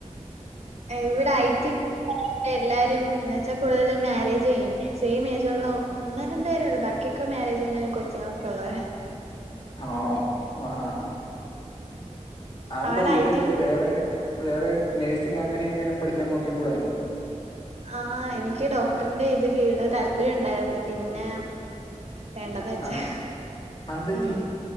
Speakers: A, on the right; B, on the left.
A: ഇവിടെ ഐ ടി എല്ലാരും ന്ന് വെച്ചാ കൂടുതൽ മാരേജ് ചെയ്യുന്നു സെയിം ഏജൊള്ള ഒന്നോ രണ്ടോ പേരൊള്ളൂ ബാക്കിയൊക്കെ മാരേജ് കയ്ഞ്ഞു കൊച്ചുങ്ങളൊക്കെ ഉള്ളവര
B: ആണോ ആഹാ ഹാ അന്താ
A: അവിടെ
B: ഇതെടുത്ത്
A: ഐ ടി
B: വേറെ വേറെ നേഴ്സിങ് അങ്ങനെ എങ്ങാനും പഠിക്കാൻ നോക്കി കൂടായിരുന്നൊ
A: ആ എനിക്ക് ഡോക്ടറിന്റെ ഇത് ഫീൽഡ് താല്പര്യം ഉണ്ടായിരുന്നു പിന്നെ വേണ്ടന്ന് വെച്ചാ
B: ആ അതെന്തു പറ്റി
A: ഉം